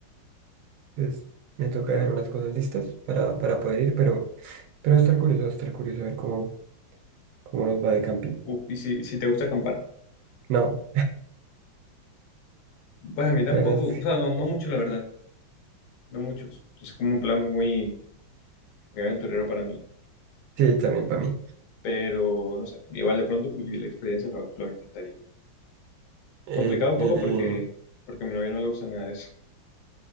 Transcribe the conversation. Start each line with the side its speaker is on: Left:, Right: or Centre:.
Right: Entonces, me toca dejar unas cosas listas para, para poder ir, pero, pero va a estar curioso, va a estar curioso a ver cómo, cómo nos va de camping.
Left: Uf, y si, si te gusta acampar.
Right: No,
Left: Pues a mí tampoco,
Right: la verdad es
Left: o sea, no, no mucho, la verdad, no muchos. Es como un plan muy, muy aventurero para mí,
Right: que sí, también para mí.
Left: pero no sé, igual de pronto por vivir la experiencia lo, lo intentaría.
Right: Eh,
Left: Complicado un poco
Right: eh,
Left: porque, porque a mi novia no le gusta nada de eso.